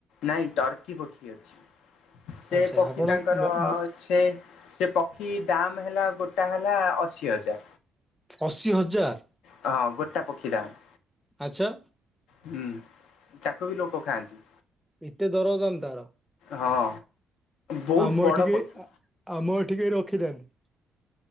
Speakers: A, on the left; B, in the centre.
A: ନାଇଁ ଟର୍କି ପକ୍ଷୀ ଅଛି। ସେ
B: ଆଚ୍ଛା
A: ପକ୍ଷୀ
B: ଆପଣ
A: ତାଙ୍କର
B: ମ ମ
A: ସେ ସେ ପକ୍ଷୀ ଦାମ ହେଲା ଗୋଟା ହେଲା ଅ ଅଶି ହଜାର
B: ଅଶୀ ହଜାର
A: ହଁ ଗୋଟା ପକ୍ଷୀ ଦାମ।
B: ଆଚ୍ଛା।
A: ହୁଁ ତାକୁ ବି ଲୋକ ଖାଆନ୍ତି।
B: ଏତେ ଦର ଦାମ ତାର।
A: ହଁ ବହୁତ
B: ଆମ
A: ବଡ
B: ଏଠି କେହି
A: ପକ୍ଷୀ।
B: ଆ ଆମ ଏଠି କେହି ରଖିନାହାନ୍ତି।